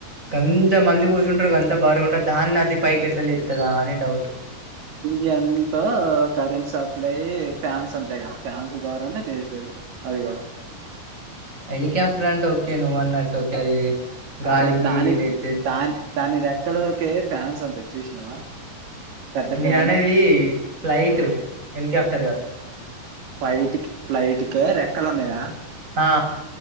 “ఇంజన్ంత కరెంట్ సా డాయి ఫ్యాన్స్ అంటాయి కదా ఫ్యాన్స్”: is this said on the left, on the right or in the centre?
Right